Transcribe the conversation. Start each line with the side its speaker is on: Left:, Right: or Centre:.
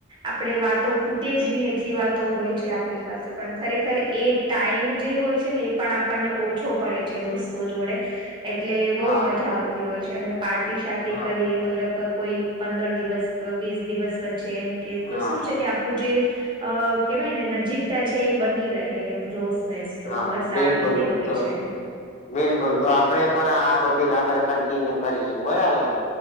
Right: આપણે વાતો ખૂટે જ ની એટલી વાતો હોય છે આપણી પાસે પણ ખરેખર એ ટાઈમ જે હોય છે ને એ પણ આપણને ઓછો પડે છે દોસ્તો જોડે એટલે બહુ
Left: હા
Right: મજા આવતી હોય છે અમે પાર્ટી સાર્ટી
Left: હા
Right: કરીએ મતલબ કોઈ પંદર દિવસ, વીસ દિવસ, વચ્ચે એમ કે તો
Left: હા
Right: શું છે કે આપણું જે અ કેવાય ને નજીકતા છે એ બની રહે એમ ક્લોઝનેસ તો
Left: હા
Right: બસ
Left: બિલકુલ
Right: આ રીતે હોય
Left: તો
Right: છે
Left: બિલકુલ તો આપડે પણ આ ટોપિક આગળ કન્ટિન્યુ કરીશું બરાબર